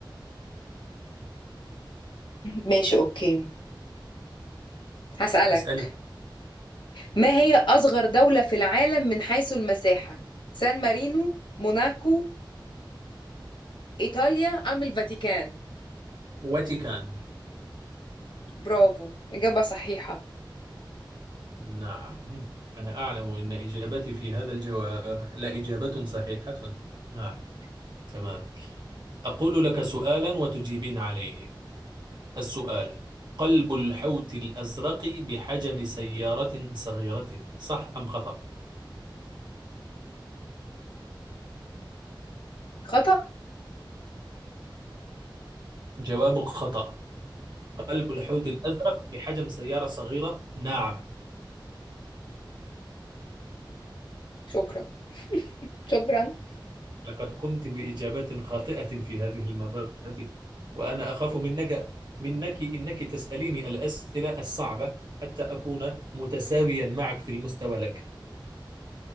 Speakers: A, on the left; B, on the right.
A: ماشي أوكي هسألك
B: اسألي
A: ما هي أصغر دولة في العالم من حيث المساحة؟ سان مارينو، موناكو، إيطاليا أم الفاتيكان؟
B: واتيكان
A: برافو إجابة صحيحة
B: نعم أنا أعلم أن إجابتي في هذا الجواب لا إجابة صحيحة نعم تمام أقول لك سؤالا وتجيبين عليه السؤال قلب الحوت الأزرق بحجم سيارة صغيرة صح أم خطأ؟
A: خطأ
B: جوابك خطأ قلب الحوت الأزرق بحجم سيارة صغيرة؟ نعم
A: شكرا شكرا
B: لقد قمت بإجابة خاطئة في هذه المرة وأنا أخاف منك منك إنك تسأليني الأسئلة الصعبة حتى أكون متساويا معك في المستوى لك